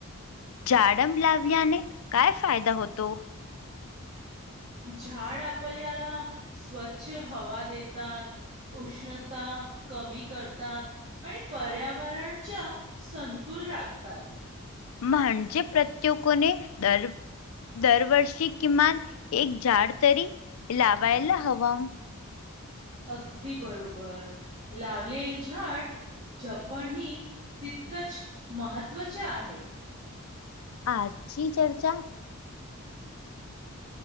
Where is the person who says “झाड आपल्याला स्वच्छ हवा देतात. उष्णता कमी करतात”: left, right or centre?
Right